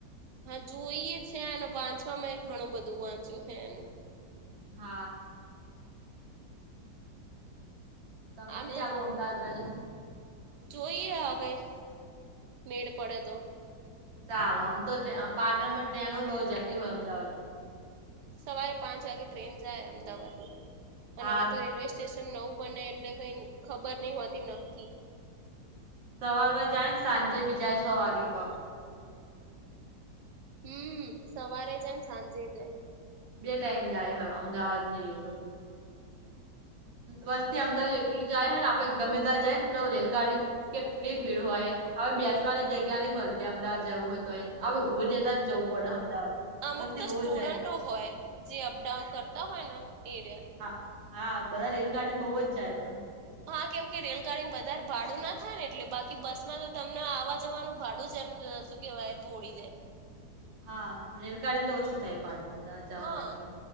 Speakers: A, on the right; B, on the right.
A: હા જોઈએ છેને વાંચમાં એ ઘણું બધું વાંચ્યું હે એનું
B: હા. ત મને
A: આમ
B: નહી
A: તો
B: આવો અમદાવાદ બાજુ.
A: જોઈએ હવે મેડ પડે તો.
B: ચાલો આમ તો પાટણમાં ટ્રેનો બઉુ જાતી હોય અમદાવાદ
A: સવારે પાંચ વાગે ટ્રેન જાય અમદાવાદની અને
B: હા
A: હવે તો રેલવે સેશન નવું બને એટલે કઈ ખબર નહીં હોતી નક્કી.
B: સવારમાં જાયને સાંજે બી જાય છ વાગે કોક
A: હમ સવારે જાય સાંજે જાય.
B: બે ટાઈમ જાય હો અમદાવાદ ની રેલો વસ્તી અમદાવાદ એટલી જાય હ ને આપડે ગમે ત જાય ને તો રેલગાડી કેટલી ભીડ હોય હવે બેસવાની જગ્યા નઈ મળતી અમદાવાદ જવું હતું હવે ઊભું જતા જ જવ પડ અમદાવાદ
A: અમુક
B: વસ્તી
A: તો
B: બહુ
A: સ્ટુડન્ટો
B: જ જાય અમદા
A: હોય જે અપડાઉન કરતા હોય, ને એરિયા
B: હા-હા બધા રેલગાડી બહુ જ જાય પણ,
A: હા કેમ કે રેલગાડી બધારે ભાડું ના થાય ને એટલે બાકી બસ માં તો તમને આવવા જવાનું ભાડું જ એમ શું કેવાય થોડી દે
B: હા રેલગાડીમાં તો ઓછું થાય પાડું અમદાવાદ જવા
A: હા
B: માટે